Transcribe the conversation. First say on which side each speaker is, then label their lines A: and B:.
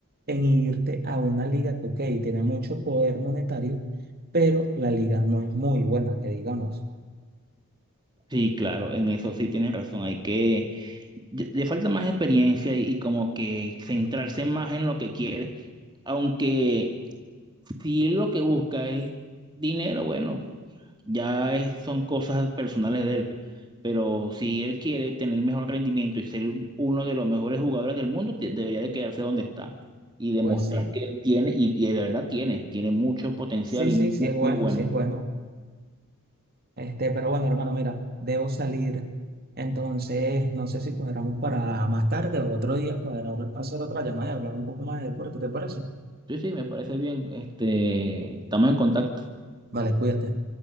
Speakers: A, on the right (about 45°); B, on the right (about 20°).
A: en irte a una liga que, ok, tiene mucho poder monetario, pero la liga no es muy buena, que digamos.
B: Sí, claro, en eso sí tienes razón. Hay que, y- le falta más experiencia y, y como que centrarse más en lo que quiere. Aunque si lo que busca es dinero, bueno. Ya es- son cosas personales de él, pe- pero si él quiere tener mejor rendimiento y ser uno de los mejores jugadores del mundo, te- debería de quedarse donde está y demostrar
A: Pues sí,
B: que él tiene, y, y de verdad tiene, tiene mucho potencial
A: sí,
B: y
A: sí,
B: mu-
A: sí es bueno,
B: muy, bueno.
A: sí es bueno. Este, pero bueno, hermano, mira, debo salir. Entonces, no sé si cuadramos para más tarde o otro día, poder hacer otra llamada y hablar un poco más de deporte, ¿te parece?
B: Sí, sí, me parece bien. Este, estamos en contacto.
A: Vale, cuídate.